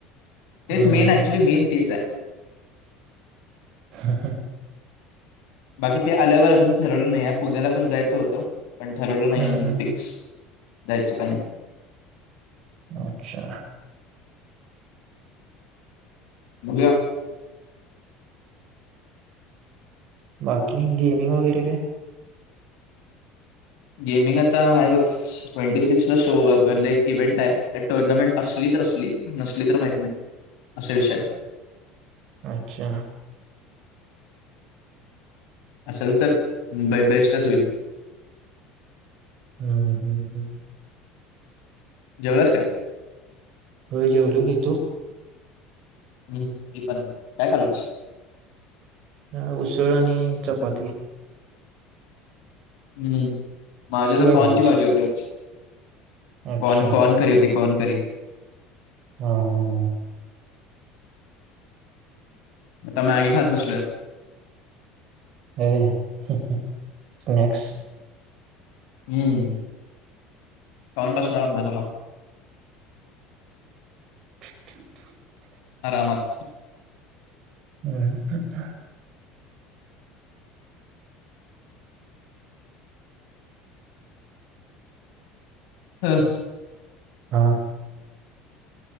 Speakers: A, on the left (about 75°); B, on the right (about 55°).
A: तेच
B: हम्म
A: मेन ऍक्च्युली
B: हम्म
A: मेन तेच आहे <inaudible>
B: हा ह
A: बाकी ते आल्यावर अजून ठरवलं नाही पुण्याला पण जायचं होतं पण ठरवलं नाही
B: हम्म
A: अजून
B: हम्म
A: फिक्स जायच का
B: अच्छा
A: बज्या
B: बाकी गेमिंग वगैरे काय
A: गेमिंग आता आहे बघ ट्वेंटी सिक्स ला शो म्ह एक इव्हेंट आहे टुर्नामेंट असलीच असली नसली तर माहित नाही असे विषय
B: अच्छा.
A: असेल तर ब बेस्टच होईल.
B: हम्म हम्म हम्म.
A: जेवलास का.
B: होय जेवलो की तू?
A: हम्म हो मी पण काय खाल्लस?
B: अ उसळ आणि चपाती.
A: हम्म माझ्या
B: तू
A: तर
B: काय
A: कॉर्नची
B: खाल्लंस
A: भाजी होती आज.
B: अच्छा
A: कॉर्न कॉर्नकरी होती कॉर्नकरी.
B: हा हा हा.
A: आता मॅगी खात बसलोया.
B: आहे की नाही स्नॅक्स.
A: हम्म खाऊच बसणार अभ्यासाला.
B: <inaudible>
A: आरामत.
B: <inaudible>
A: अस.
B: हा.